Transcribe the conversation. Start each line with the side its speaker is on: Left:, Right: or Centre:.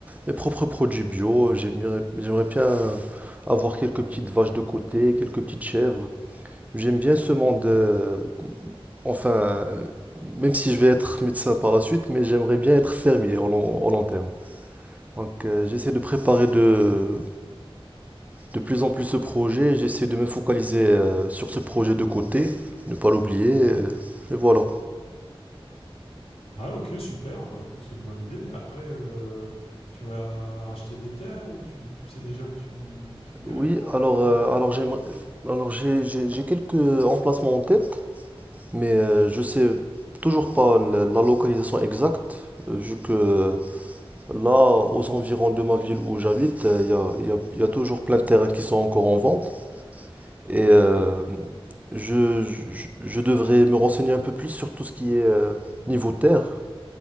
Right: mes propres produits bio. J'aimerais, j'aimerais bien avoir quelques petites vaches de côté, quelques petites chèvres. J'aime bien ce monde, euh, enfin, euh, même si je vais être médecin par la suite, mais j'aimerais bien être fermier au long, au long terme. Donc, euh, j'essaie de préparer de, de plus en plus ce projet. J'essaie de me focaliser euh, sur ce projet de côté, ne pas l'oublier. euh, et voilà.
Left: Ah ok, super. Bah écoute, c'est une bonne idée. Après, euh, tu vas racheter des terres ou tu, tu sais déjà où tu, tu irais
Right: Oui,
Left: pour
Right: alors,
Left: euh,
Right: euh,
Left: cultiver?
Right: alors j'aimerais, alors j'ai j'ai- j'ai quelques emplacements en tête, mais euh, je sais toujours pas la, la localisation exacte, euh, vu que euh, là, aux environs de ma ville où j'habite, euh, il y a, il y a- il y a toujours plein de terrains qui sont encore en vente, et euh, je, je- je devrais me renseigner un peu plus sur tout ce qui est euh, niveau terre,